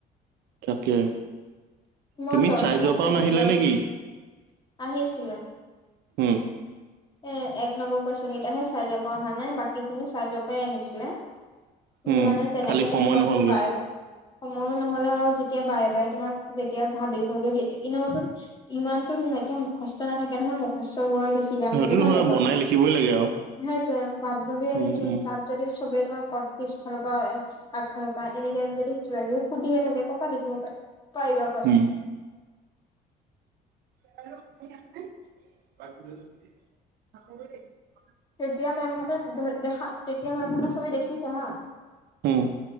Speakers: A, on the right; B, on the left.
A: তাকে
B: মই
A: তুমি
B: জন্ম
A: চাই যোৱা
B: পঢ়ি
A: পৰাও নাহিলে
B: যোৱাৰ
A: নেকি?
B: ভিতৰত আহিছিলে।
A: উম
B: এ এক নম্বৰ কুৱেশ্বন কেইটাহে চাই যাব পৰা অহা নাই, বাকী খিনি চাই যোৱা পৰাই আহিছিলে। কিন্তু
A: উম,
B: মানে তেনেকে
A: খালি
B: তুমি
A: সময়
B: কুৱেশ্বন
A: নহ'লগে।
B: পাই ব সময়ো নহ'লে আৰু যেতিয়া বাৰে - বাৰে তোমাক সুধে তেও ভাবি ভাবি ই-ইনেওতো ইমানতু এতিয়া মুখস্থ নাথাকে নহয়, মুখস্থ কৰি লৈছো। সি যাম
A: সেইটোতো
B: বুলি হয় নে নাই কোৱা।
A: বনাই লিখিবই লাগে আৰু।
B: সেইটোৱে ভাবি ভাবিহে
A: উম,
B: লিখিম
A: উম,
B: তাত যদি চবে তোমাক কোৱা পিছফালৰ পৰা এ আগফালৰ পা এনিটাইম যদি কিবা কিবি সুধিয়ে থাকে ক'ৰ পৰা লিখিব পাৰি, পাৰিবা কোৱাচোন?
A: উম, <unintelligible>
B: তেতিয়া মেম হঁতে নেদেহে দেখা- তেতিয়া মেম হঁতে সবে দেখিছো হা!
A: উম,